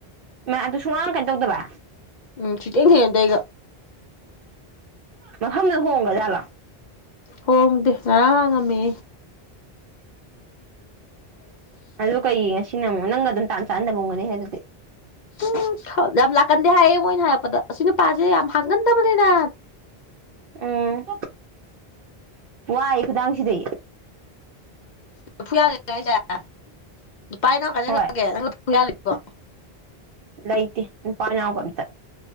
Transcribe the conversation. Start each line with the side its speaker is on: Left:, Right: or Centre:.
Right: ꯃꯥ ꯑꯗꯨ ꯁꯨꯡꯃꯥꯡ ꯀꯩꯅ ꯇꯧꯗꯕ
Left: ꯎꯝ ꯁꯨꯍꯦꯡ ꯍꯦꯡꯅꯗꯦ ꯑꯩꯒ
Right: ꯃꯐꯝꯗ ꯍꯣꯡꯒ ꯖꯥꯠꯂꯣ
Left: ꯍꯣꯡꯗꯦ ꯉꯔꯥꯡ ꯍꯥꯡꯉꯝꯃꯦ <unintelligible>
Right: ꯑꯗꯨ ꯀꯩ ꯉꯁꯤꯅ ꯑꯃꯨꯛ ꯅꯪꯒ ꯑꯗꯨꯝ ꯇꯥꯟ ꯆꯥꯅꯗꯕꯒꯨꯝꯅꯤ ꯑꯗꯨꯗꯤ
Left: ꯎꯝ ꯌꯥꯝ ꯂꯥꯛꯀꯟꯗꯦ ꯍꯥꯏꯌꯦ ꯃꯣꯏꯅ ꯍꯥꯏꯔꯛꯄꯗ ꯑꯁꯤ ꯅꯨꯄꯥꯁꯦ ꯌꯥꯝ ꯍꯥꯡꯒꯟꯗꯕꯅꯤꯗ
Right: ꯎꯝ ꯋꯥꯏ ꯈꯨꯗꯥꯡꯁꯤꯗꯩ
Left: <unintelligible> <inaudible>
Right: ꯍꯣꯏ ꯂꯩꯇꯦ ꯅꯨꯄꯥ ꯌꯥꯎꯕ ꯃꯝꯇ